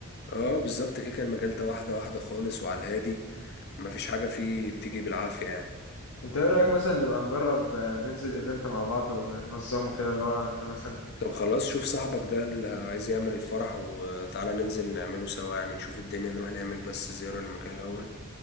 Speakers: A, on the left (about 45°); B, on the left (about 75°).
A: اه بالظبط كده كان المجال ده واحده واحده خالص وعلى الهادي مفيش حاجه فيه بتيجي بالعافيه يعني
B: انت ايه رأيك مثلا نبقى نجرب آه، ننزل ايفنت مع بعض وننظمه كده اللي هو انت مثلا
A: طب خلاص شوف صاحبك ده اللي عايز يعمل الفرح وتعالى ننزل نعمله سوا يعني نشوف الدنيا نروح نعمل بس زياره للمكان الاول